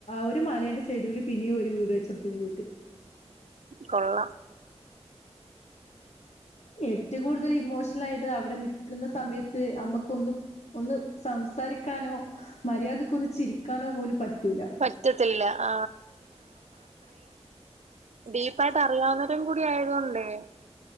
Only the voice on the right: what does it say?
കൊള്ളാം
പറ്റത്തില്ല ആ ഡീപായിട്ട് അറിയാവുന്നരം കൂടി ആയതോണ്ടേ